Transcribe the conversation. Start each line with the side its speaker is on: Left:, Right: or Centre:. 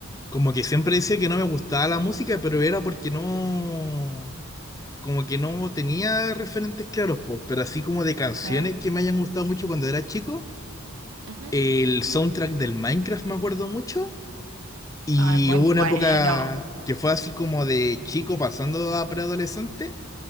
Left: Como que siempre decía que no me gustaba la música, pero era porque no, como que no tenía referentes claros, po. Pero así como de canciones
Right: ¿Ya?
Left: que me hayan gustado mucho cuando era chico,
Right: Ujú.
Left: el soundtrack del Minecraft me acuerdo mucho y
Right: Ay, muy
Left: hubo una
Right: bueno.
Left: época que fue así como de chico pasando a preadolescente,